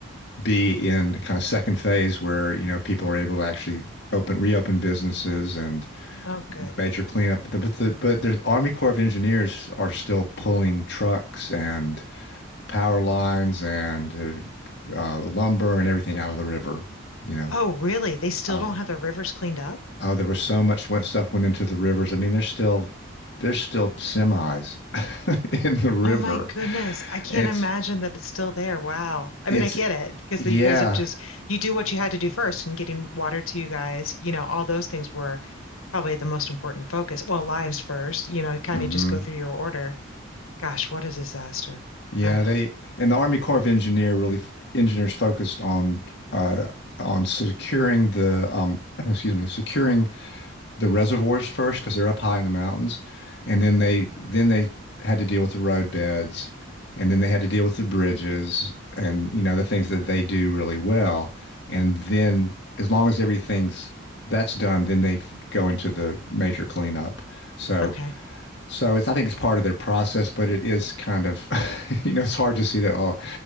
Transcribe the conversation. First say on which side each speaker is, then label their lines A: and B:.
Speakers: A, on the left; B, on the left.
A: be in kind of second phase where, you know, people are able to actually open reopen businesses and
B: Oh, good.
A: the major cleanup. But the but the Army Corps of Engineers are still pulling trucks and power lines and uh, uh, lumber and everything out of the river. You know,
B: Oh, really? They still
A: oh,
B: don't have the rivers cleaned up?
A: oh, there was so much went stuff went into the rivers. I mean, there's still there's still semis <laughs> in the river.
B: Oh my goodness. I can't
A: It's
B: imagine that it's still there. Wow. I
A: it's
B: mean, I get it because
A: yeah.
B: you guys have just, you do what you had to do first and getting water to you guys, you know, all those things were probably the most important focus. Well, lives first, you know, kind
A: hmm
B: of just go through your order. Gosh, what a disaster.
A: Yeah,
B: Oh,
A: they and the Army Corps of Engineer really f- engineers focused on uh on securing the um <clears throat> excuse me, securing the reservoirs first because they're up high in the mountains, and then they then they had to deal with the road beds, and then they had to deal with the bridges and you know the things that they do really well, and then as long as everything's that's done, then they f- go into the major cleanup. So
B: okay.
A: so it's, I think it's part of their process, but it is kind of, <laughs> you know, it's hard to see that, oh,